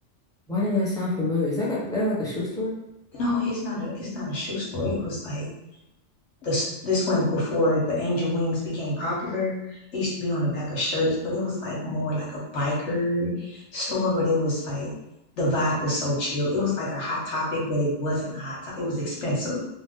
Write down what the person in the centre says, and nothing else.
Why did that sound familiar? Is that, got- that like a shoe store?